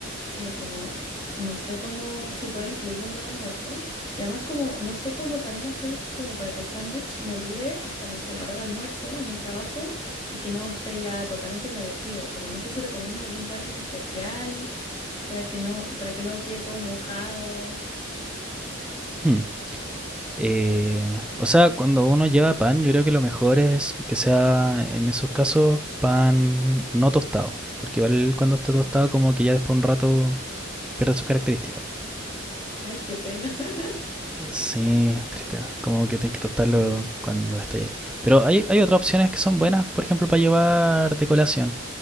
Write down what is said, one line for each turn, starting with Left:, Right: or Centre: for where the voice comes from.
Left: eh, como no sé cómo, si puedo incluirlo en el almuerzo, y además como no sé cómo también hacer como para que el sándwich me dure hasta, no sé, la hora de almuerzo en el trabajo y que no esté ya totalmente humedecido, como no sé si recomiendas algún pan en especial. para que no, para que no quede todo mojado.
Centre: Hmm. Eh, o sea, cuando uno lleva pan, yo creo que lo mejor es que sea en esos casos pan no tostado, porque igual cuando está tostado como que ya después de un rato pierde sus características.
Left: Ay, qué pena. <laughs>
Centre: Sí, triste, como que tienes que tostarlo
Left: Ujú,
Centre: cuando está ahí. Pero hay, hay otras opciones que son buenas, por ejemplo, para llevar de colación.